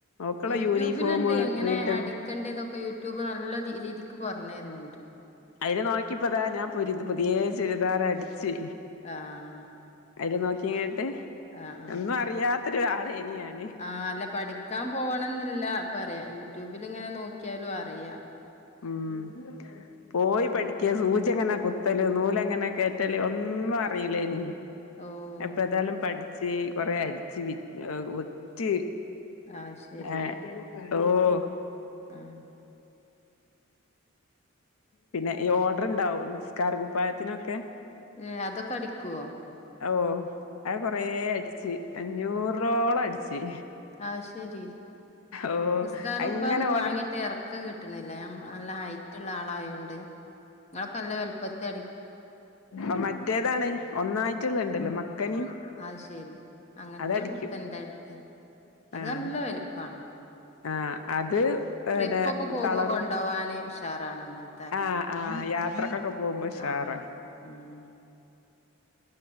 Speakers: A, on the left; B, on the left.
A: ഓക്കുള്ള
B: യൂട്യൂബിലുണ്ട്.
A: യൂണിഫോമ്
B: എങ്ങനെ
A: വീട്ട്
B: അടിക്കണ്ടതൊക്കെ യൂട്യൂബ് നല്ല രീ രീതിക്ക് പറഞ്ഞു തരണ്ട്.
A: അയിൽ നോക്കിപ്പതാ. ഞാൻ പുരി പുതിയെ ചുരിദാറ് അടിച്ച്
B: ആഹ്
A: അയില് നോക്കിങ്ങാട്ട്.
B: ആഹ് ആഹ്
A: ഒന്നും അറിയാത്തൊരു ആള് എയ്നി ഞാൻ
B: ആഹ്, അല്ല പഠിക്കാൻ പോവണം ന്നില്ല പറയാ. യൂട്യൂബിൽ ഇങ്ങനെ നോക്കിയാലും അറിയ.
A: ഉം.. പോയി പഠിക്ക സൂചി എങ്ങനെ കുത്തല്. നൂൽ എങ്ങനെ കേറ്റല് ഒന്നും അറിയിലേയ്നി.
B: ഓഹ്
A: ഇപ്പൊ ഏതായാലും പഠിച്ച്. കൊറെ അടിച്ച് വി വിറ്റ്
B: അത് ശരി
A: ആഹ് ഓഹ്
B: ആഹ്
A: പിന്നെ, ഈ ഓർഡർ ഇണ്ടാവും. നിസ്കാര കുപ്പായത്തിനൊക്കെ.
B: ഏഹ്. അതൊക്കെ അടിക്കുവോ?
A: ഓ അത് കൊറേ അടിച്ച് അഞ്ഞൂറോളം അടിച്ച്
B: അത് ശരി
A: ഓഹ്
B: നിസ്കാര കുപ്പായൊന്നും
A: അങ്ങനെ ഓർഡർ
B: വാങ്ങിയിട്ട് ഇറക്കം കിട്ടണില്ല. നല്ല ഹൈറ്റ് ഉള്ള ആളായോണ്ട്. ങ്ങൾ ഒക്കെ നല്ല വലിപ്പത്തിൽ അടി
A: അ മറ്റേതാണ് ഒന്നായിട്ടുള്ളത് ഇണ്ടല്ലോ മക്കനിം
B: അത് ശരി അങ്ങൻത്തോ
A: അതടിക്കും
B: ഇണ്ട്ട്ടോ ഇന്റെ അടുത്ത് അത്
A: ആഹ്
B: നല്ല വലിപ്പാണ്
A: ആഹ് അത് പിന്നെ
B: ട്രിപ്പൊക്കെ പോമ്പോ
A: കളറ്
B: കൊണ്ടോവാന് ഉഷാറാണ് അങ്ങനെ.
A: ആഹ് ആഹ് യാത്രക്കൊക്കെ പോകുമ്പോ ഉഷാറാ
B: ആഹ് മ്ഹ്